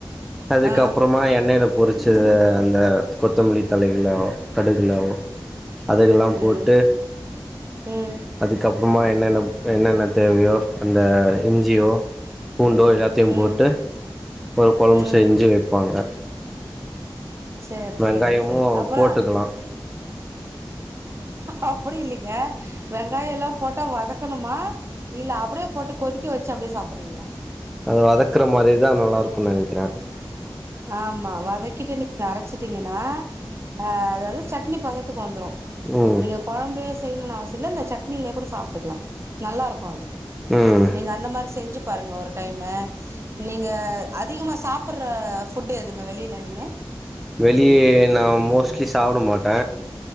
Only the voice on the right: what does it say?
ஆ
ம்
ம்
ம்
ம்
சேரி
சேரி சேரி அப்புறோ
அப்டி இல்லைங்க வெங்காயோ எல்லா போட்டா வத க்கணுமா இல்ல அப்டியே போட்டு கொதிக்க வெச்சு அப்டியே சாப்புடுறீங்ளா
ஆமா வதக்கிட்டு நீங்க அரச்சிட்டீங்கனா ஆ அது வந்து சட்னி பதத்துக்கு வந்துரு
நீங்க கொழம்பே செய்யணுனு அவசியோ இல்ல இந்த சட்னில கூட சாப்டுக்கலா நல்லா இருக்கு அது
நீங்க அந்த மாரி செஞ்சு பாருங்க ஒரு டைமு நீங்க அதிகமா சாப்பற ஃபுட்டு எதுங்க வெளில நீங்க